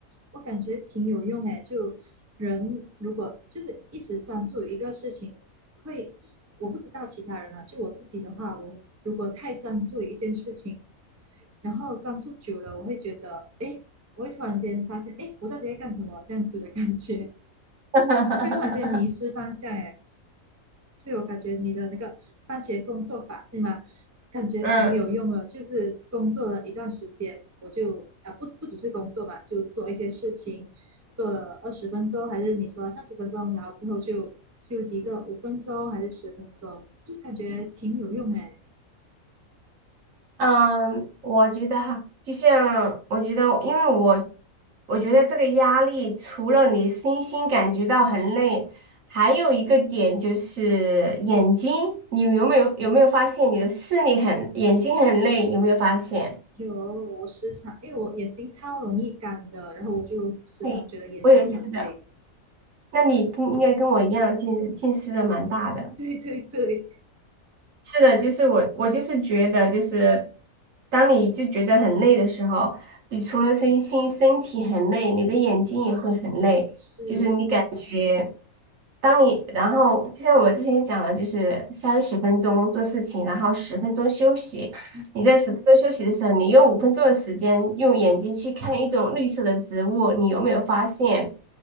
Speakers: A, on the right; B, on the right.
A: 我感觉挺有用诶。就人如果就是一直专注一个事情，会我不知道其他人啊，就我自己的话，我如果太专注一件事情，然后专注久了，我会觉得，哎，我会突然间发现，哎，我到底在干什么？这样子的感觉，
B: <laughs>
A: 会突然间迷失方向，哎，所以我感觉你的那个番茄工作法，对吗？感觉挺有用的，
B: 嗯，
A: 就是工作了一段时间，我就啊不不只是工作嘛，就做一些事情，做了二十分钟，还是你说三十分钟，然后之后就休息一个五分钟还是十分钟，就是感觉挺有用哎。
B: 嗯，我觉得哈，就像我觉得，因为我我觉得这个压力除了你身心感觉到很累，还有一个点就是眼睛，你有没有有没有发现你的视力很眼睛很累？有没有发现？
A: 有，我时常，因为我眼睛超容易干的，然后我就时常觉得眼睛很累。
B: 对，我也是的。那你应该跟我一样，近视近视的蛮大的。
A: <laughs> 对对对，
B: 是的，就是我，我就是觉得，就是当你就觉得很累的时候，你除了身心身体很累，你的眼睛也会很累，
A: 是，
B: 就是你感觉，当你然后就像我之前讲的，就是三十分钟做事情，然后十分钟休息。
A: 嗯，
B: 你在十分钟休息的时候，你用五分钟的时间用眼睛去看一种绿色的植物，你有没有发现？